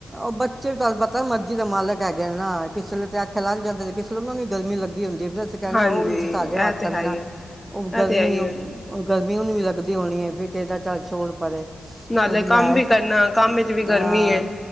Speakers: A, on the right (about 25°); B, on the left (about 25°).
A: ਉਹ ਬੱਚੇ ਵੀ ਤੁਹਾਨੂੰ ਪਤਾ ਮਰਜੀ ਦੇ ਮਾਲਕ ਹੈਗੇ ਨੇ ਨਾ, ਕਿਸੇ ਵੇਲੇ ਤੇ ਆਖੇ ਲੱਗ ਜਾਂਦੇ ਨੇ ਕਿਸੇਰ ਉਹਨਾਂ ਨੂੰ ਗਰਮੀ ਲੱਗੀ ਹੁੰਦੀ ਐ ਫਿਰ ਅਸੀਂ ਕਹਿੰਣੇ
B: ਹਾਂਜੀ
A: ਆਂ, ਉਹ ਵੀਥੇ ਸਾਡੇ
B: ਇਹ
A: ਵਾਕਰ
B: ਤੇ ਹੈ
A: ਨੇ ਨਾ
B: ਹੀ ਹੈ
A: ਉਹ
B: ਇਹ
A: ਗਰਮੀ
B: ਤੇ ਹੈ ਹੀ
A: ਏ ਉਹ
B: ਹੈ
A: ਗਰਮੀ ਉਨੂੰ ਵੀ ਲੱਗਦੀ ਹੋਣੀ ਐ ਫਿਰ ਕਹੀਦਾ ਚੱਲ ਛੋੜ ਪਰੇ
B: ਨਾਲੇ
A: ਉਹ ਵੀ ਲੈ,
B: ਕੰਮ ਕਰਨਾ ਕੰਮ ਵਿੱਚ ਵੀ ਗਰਮੀ
A: ਆਂ
B: ਹੈ